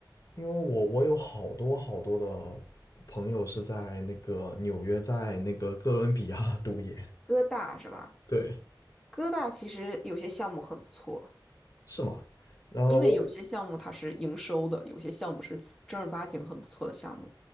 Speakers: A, on the left (about 40°); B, in the centre.
A: 因为我我有好多好多的朋友是在那个纽约，在那个哥伦比亚 <laughs> 读研，
B: 哥大是吧？
A: 对，
B: 哥大其实有些项目很不错，
A: 是吗？然后我
B: 因为有些项目它是营收的，有些项目是正儿八经很不错的项目。